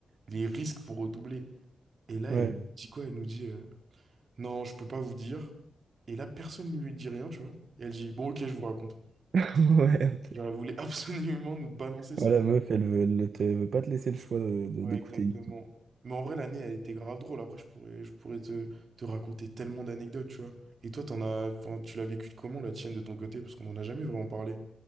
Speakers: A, on the right; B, on the right.
A: les risques pour redoubler? Et là,
B: ouais,
A: elle dit quoi? Elle nous dit. euh, non, je peux pas vous dire. Et là, personne ne lui dit rien, tu vois. Et elle dit, bon, ok, je vous raconte.
B: <laughs> ouais, ok.
A: Genre, elle voulait <laughs> absolument nous balancer son...
B: Voilà, meuf, elle veut, elle te- elle veut pas te laisser le choix de, de-
A: Ouais,
B: d'écouter.
A: exactement. Mais en vrai, l'année, elle était grave drôle. Après, je pourrais, je pourrais te, te raconter tellement d'anecdotes, tu vois. Et toi, t'en as... enfin, tu l'as vécu comment, la tienne, de ton côté? Parce qu'on en a jamais vraiment parlé.